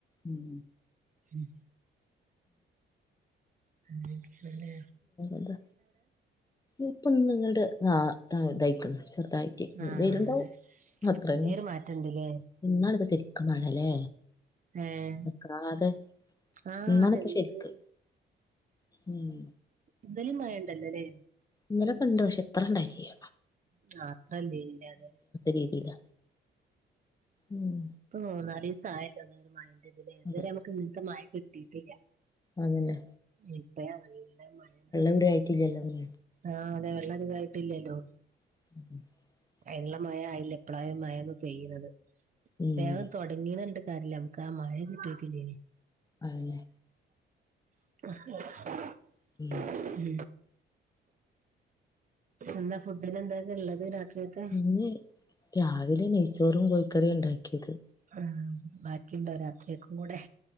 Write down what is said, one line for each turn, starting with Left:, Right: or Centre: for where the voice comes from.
Left: ഉം
Right: ഉം അങ്ങനെ ഇരിക്കല്ലേ
Left: ഇത് ഇപ്പൊ നിങ്ങളുടെ ആ ഇതായിക്കുന്നു ചെറുതായി
Right: ആഹ്
Left: വേരുണ്ടാവും
Right: അതെ
Left: അത്രല്ലേ
Right: ചെറിയൊരു മാറ്റണ്ട്ല്ലേ
Left: എന്നാണ് ഇപ്പ ശരിക്കും മഴല്ലേ
Right: ഏഹ്
Left: നിക്കാതെ
Right: ആഹ്
Left: ഇന്നാണിപ്പ
Right: അതെന്തര്
Left: ശരിക്ക് ഉം
Right: ഇന്നലിം മഴ ഇണ്ടല്ലോ ല്ലേ
Left: ഇന്നലൊക്കെണ്ട് പക്ഷെ ഇത്ര ഇണ്ടായിട്ടില്ല
Right: ആ ഇത്രെ ഇല്ലെനിലെ അത്
Left: രീതിയില ഉം
Right: ഇപ്പ മൂന്നാലീസായല്ലോ അങ്ങനെ ഒരു മഴെന്റെ ഇതില്തെ ഇതുവരെ
Left: അതെ
Right: നമുക്ക് ഇങ്ങന്ത്തെ മഴ കിട്ടിട്ടില്ല
Left: അതെന്നെ
Right: ഇപ്പ നല്ല മഴണ്ട്
Left: ഇവിടെ ആയിട്ടില്ലല്ലോ ഉം
Right: ആഹ്‌ അതെ വെള്ളംധികായിട്ടില്ലല്ലോ
Left: <unintelligible>
Right: അയിന്ള്ള മഴ ആയില്ല ഇപ്പളാ ഈ മഴൊന്ന് പെയ്യ്ണത്
Left: ഉം
Right: വേഗം തൊ തുടങ്ങിന്ന് പറഞ്ഞിട്ട് കാര്യ ഇല്ല നമുക്ക് ആ മഴ കിട്ടീട്ടില്ലേനി
Left: അയെന്നെ
Right: <unintelligible>
Left: ഉം
Right: ഉം എന്താ ഫുഡ്ന് എന്തേര്ന്ന് ഇള്ളത് രാത്രിഒക്കെ
Left: ഇന്ന് രാവിലെ നെയ്ച്ചോറും കോഴിക്കറിയാ ഇണ്ടാക്കിയത്
Right: ആഹ്‌ ബാക്കി ഉ ണ്ടോ രാത്രിക്കക്കും കൂടെ